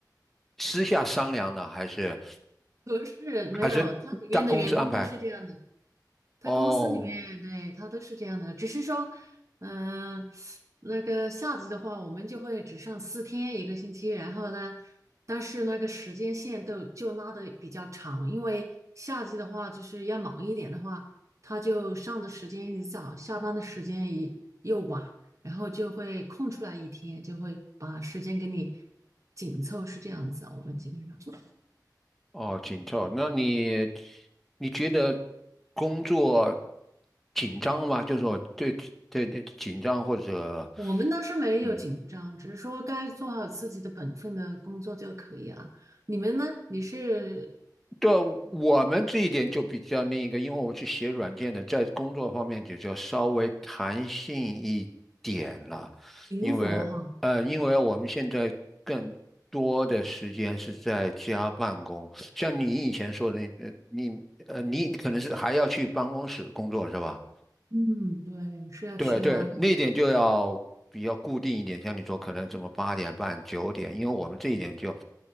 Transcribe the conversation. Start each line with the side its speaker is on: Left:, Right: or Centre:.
Centre: 私下商量的，还是
Right: 不是，没有，
Centre: 还是大公司安排？
Right: 他里面的员工都是这样的，他公司里面对他都是这样的，
Centre: 哦
Right: 只是说，嗯、那个夏季的话，我们就会只上四天一个星期，然后呢，但是那个时间线都就拉的比较长，因为夏季的话就是要忙一点的话，他就上的时间一早，下班的时间一又晚，然后就会空出来一天，就会把时间给你紧凑，是这样子啊，我们基本上。
Centre: 哦，紧凑。那你你觉得工作紧张吗？就是说对对对紧张或者
Right: 我们倒是没有紧张，
Centre: 嗯
Right: 只是说该做好自己的本分的工作就可以了。你们呢？你是
Centre: 对，我们这一点就比较那个，因为我们是写软件的，在工作方面就就稍微弹性一点了，因为呃，
Right: 灵活哈？
Centre: 因为我们现在更多的时间是在家办公，像你以前说的那，呃，你呃，你可能是还要去办公室工作是吧？
Right: 嗯，对，是要去的。
Centre: 对对，那一点就要比较固定一点，像你说可能什么八点半、九点，因为我们这一点就